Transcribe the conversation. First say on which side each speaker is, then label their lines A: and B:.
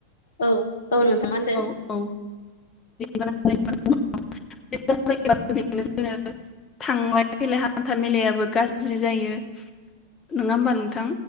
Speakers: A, on the left; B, on the left.
A: औ औ नोंथाङा मा होनदो
B: औ औ बेनो जोङो <unintelligible> थांलाय फैलाय हान्था मेलायाबो गाज्रि जायो नङा होमबा नोंथां